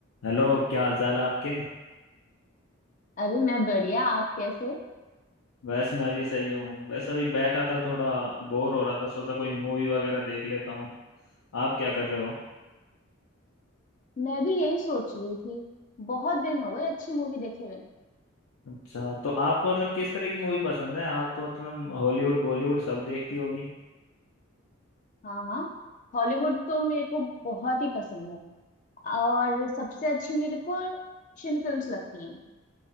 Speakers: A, on the left (about 85°); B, on the left (about 40°).
A: Hello क्या हाल चाल है आपके
B: अरे मैं बढ़िया आप कैसे
A: वैसे मैं भी सही हूँ वैसे अभी बैठा था थोड़ा बोर हो रहा था सोचा कोई मूवी वगैरह देख लेता हूँ आप क्या कर रहे हो
B: मैं भी यही सोच रही थी बहुत दिन हो गए अच्छी मूवी देखे हुए
A: अच्छा तो आपको मतलब किस तरह की मूवी पसंद है आप तो मतलब हॉलीवुड बॉलीवुड सब देखती होगी
B: हाँ हाँ हॉलीवुड तो मेरे को बहुत ही पसंद है और सबसे अच्छी मेरे को एक्शन फिल्म्स लगती हैं